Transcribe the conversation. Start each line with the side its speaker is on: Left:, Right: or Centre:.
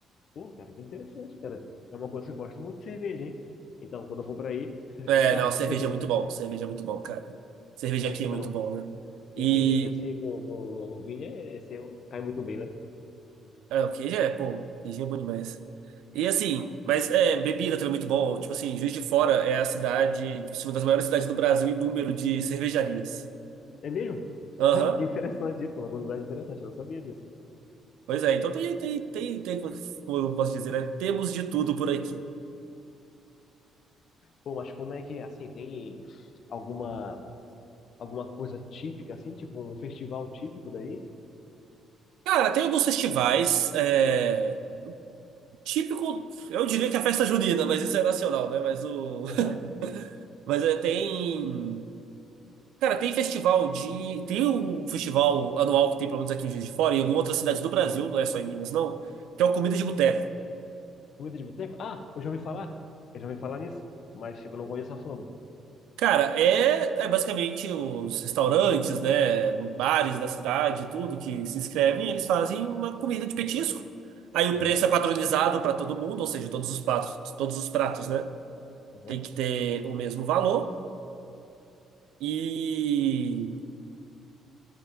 Left: Pô, cara, que interessante, cara. É uma coisa que eu gosto muito de cerveja, hein? Então, quando eu for pra aí, <laughs>
Right: É,
Left: já sabe.
Right: não, cerveja
Left: <laughs>
Right: é muito bom. Cerveja é muito bom, cara. Cerveja aqui
Left: Então,
Right: é muito bom, né?
Left: Um
Right: E.
Left: queijinho assim com, com ovinha é, é, assim, cai muito bem, né?
Right: É, o queijo é, pô, queijo é bom demais. E assim, mas é, bebida também é muito bom. Tipo assim, Juiz de Fora é a cidade, tipo, assim, uma das maiores cidades do Brasil em número de cervejarias.
Left: É mesmo?
Right: Aham.
Left: Cara, que interessante isso, uma curiosidade interessante, eu não sabia disso.
Right: Pois é, então tem, tem, tem, tem, como eu posso dizer, né? Temos de tudo por aqui.
Left: Pô, mas como é que, assim, tem alguma, alguma coisa típica, assim, tipo um festival típico daí?
Right: Cara, tem alguns festivais, é, típico, eu diria que é a festa junina, mas isso é nacional, né? Mas o.
Left: Aham.
Right: <laughs> Mas é, tem. Cara, tem festival de. Tem um festival anual que tem, pelo menos aqui em Juiz de Fora, e em algumas outras cidades do Brasil, não é só em Minas, não, que é o Comida de Boteco.
Left: Comida de boteco? Ah, eu já ouvi falar. Eu já ouvi falar nisso, mas tipo, eu não conheço a fundo.
Right: Cara, é, é basicamente os restaurantes, né, bares da cidade, tudo que se inscrevem, eles fazem uma comida de petisco. Aí o
Left: Aham,
Right: preço é padronizado para todo mundo, ou seja, todos os pratos, todos os pratos, né,
Left: aham.
Right: tem que ter o mesmo valor. E